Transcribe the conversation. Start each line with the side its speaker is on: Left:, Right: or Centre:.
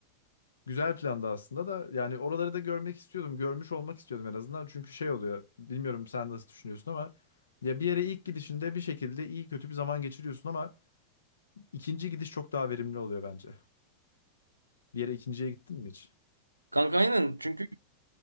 Left: Güzel planda aslında da yani oraları da görmek istiyordum. Görmüş olmak istiyordum en azından. Çünkü şey oluyor. Bilmiyorum sen nasıl düşünüyorsun ama ya bir yere ilk gidişinde bir şekilde iyi kötü bir zaman geçiriyorsun ama ikinci gidiş çok daha verimli oluyor bence. Bir yere ikinciye gittin mi hiç?
Right: Kanka aynen. Çünkü